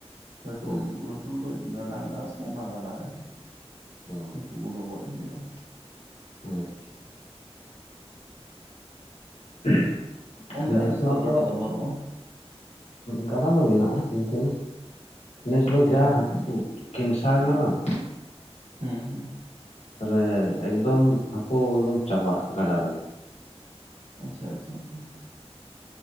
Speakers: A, on the right (about 70°); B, on the left (about 75°).
A: ᱞᱟᱹᱴᱩ
B: ᱦᱮᱸ
A: ᱞᱟᱹᱴᱩ ᱞᱟᱹᱴᱩᱡ ᱜᱟᱰᱟ ᱢᱮᱱᱟᱜ ᱟᱥᱮ ᱚᱱᱟ ᱜᱟᱰᱟᱨᱮ
B: ᱚ
A: ᱦᱟᱹᱠᱩ ᱠᱚᱫᱚ ᱜᱚᱡ ᱦᱩᱭᱩᱜᱼᱟ᱾
B: ᱟᱪᱪᱷᱟ <unintelligible>
A: ᱚᱱᱛᱮ
B: ᱱᱮᱥ
A: ᱟᱯᱮ ᱥᱮᱫ
B: ᱢᱟᱛᱚ
A: ᱫᱚ ᱜᱟᱰᱟ ᱫᱚ ᱵᱟᱹᱱᱩᱜᱼᱟ
B: ᱜᱟᱰᱟ ᱫᱚ ᱢᱮᱱᱟᱜᱼᱟ ᱠᱤᱱᱛᱩ ᱱᱮᱥ ᱫᱚ ᱡᱟ ᱦᱟᱹᱠᱩ ᱠᱮᱱᱥᱟᱨ ᱮᱱᱟ ᱵᱟᱝ
A: ᱦᱩᱸ ᱦᱮᱸᱜ
B: ᱛᱟᱦᱚᱞᱮ ᱮᱠᱫᱚᱢ ᱦᱟᱹᱠᱩ ᱮᱠᱫᱚᱢ ᱪᱟᱵᱟ ᱜᱟᱰᱟᱨ ᱨᱮ
A: ᱟᱪᱪᱷᱟ ᱟᱪᱪᱷᱟ ᱟᱪᱷᱟ